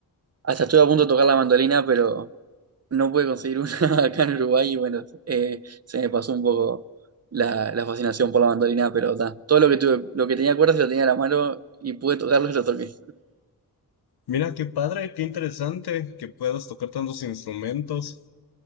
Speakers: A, on the right (about 40°); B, on the left (about 85°).
A: hasta estuve a punto de tocar la mandolina, pero no pude conseguir una <laughs> acá en Uruguay, y bueno, eh, se me pasó un poco la, la fascinación por la mandolina, pero ta, todo lo que tuve, lo que tenía cuerdas lo tenía en la mano, y pude tocarlo y lo toqué.
B: Mira, qué padre, qué interesante que puedas tocar tantos instrumentos.